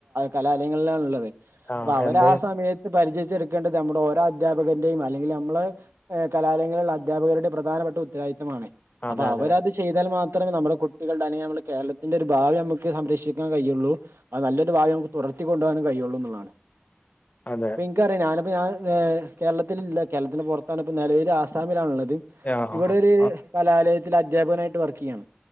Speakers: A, on the right; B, on the left.
A: കലാലയങ്ങളിലണള്ളത്
B: ആ
A: അപ്പൊ അവര്
B: എന്ത്
A: ആ സമയത്ത് പരിചയച്ചെടുക്കേണ്ടത് നമ്മുടെ ഓരോ അധ്യാപകന്റെയും അല്ലെങ്കിൽ നമ്മള് കലാലയങ്ങളിലുള്ള അധ്യാപകരുടെ പ്രധാനപ്പെട്ട ഉത്തരവാദിത്തവമാണ്
B: അതെ
A: അപ്പൊ
B: അതെ
A: അവരത് ചെയ്താൽ മാത്രമേ നമ്മുടെ കുട്ടികളുടെ അല്ലെങ്കിൽ നമ്മുടെ കേരളത്തിന്റെ ഒരു ഭാവി നമുക്ക് സംരക്ഷിക്കാൻ കഴിയുള്ളൂ അത് നല്ലൊരു ഭാവി നമുക്ക് തുടർത്തി കൊണ്ട് പോകാനും കഴിയൊള്ളൂ എന്നുള്ളതാണ്
B: അതെ
A: ക്കറിയാം ഞാനിപ്പോൾ ഞാൻ കേരളത്തിലില്ല കേരളത്തിന് പുറത്താണ് ഇപ്പോൾ നെലവിൽ ആസാമിലാണള്ളത്
B: ആ
A: ഇവിടെ ഒരു
B: ആ
A: കലാലയത്തി അധ്യാപകനായിട്ട് വർക്ക് ചെയ്യാണ്